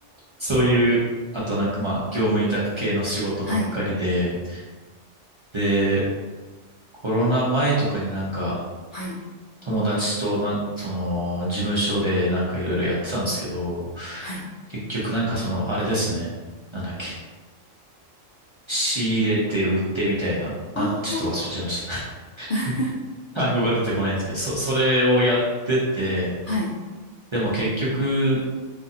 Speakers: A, on the right; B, on the left.
A: そういう、
B: あ、
A: あとなんかまあ、業務委託系の仕事ばっかりで、
B: はい、
A: で、コロナ前とかになんか、
B: はい、
A: 友達となんか、その、事務所でなんかいろいろやってたんですけど、
B: はい。
A: 結局なんかその、あれですね。なんだっけ。仕入れて売ってみたいな。な、
B: ああ、
A: ちょっと忘れちゃいました。
B: <laughs>
A: <laughs> 単語が出てこないんですけど、そ、それをやってて、
B: はい。
A: でも結局、